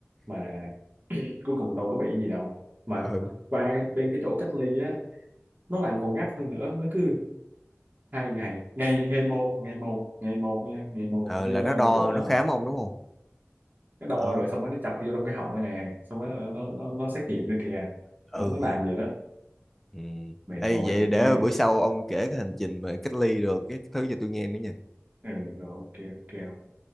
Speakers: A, on the right; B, in the centre.
A: mà cuối cùng đâu có bị gì đâu mà
B: ừ
A: qua bên cái chỗ cách ly á nó làm còn gắt hơn nữa nó cứ hai ngày ngày ngày một ngày một ngày một nha ngày một
B: ừ là
A: vô đo
B: nó đo
A: nhiệt độ lần
B: nó khám ông đúng không
A: cái đo
B: đó
A: rồi xong rồi nó chọc vô trong cái họng rồi nè xong rồi nó nó, nó, nó xét nghiệm nữa kìa
B: ừ
A: nó, nó làm vậy đó
B: ừ
A: mệt
B: Ê,
A: mỏi
B: vậy
A: thiệt
B: để
A: đó bây giờ
B: bữa sau ông kể cái hành trình mà cách ly rồi cái thứ cho tôi nghe nữa nha
A: ừ rồi ok ok ok.